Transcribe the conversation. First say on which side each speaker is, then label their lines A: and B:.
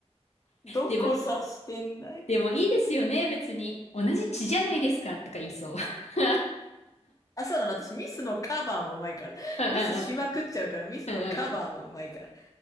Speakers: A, on the left; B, on the left.
A: どこ指してんだよ。
B: でも、でもいいですよね、別に。同じ血じゃないですか、とか言いそう。<laughs>
A: あ、そうなの。私、ミスのカバーもうまいから。
B: うんうんうん
A: ミスしまくっちゃうから、ミスのカバーもうまいから。
B: うんうん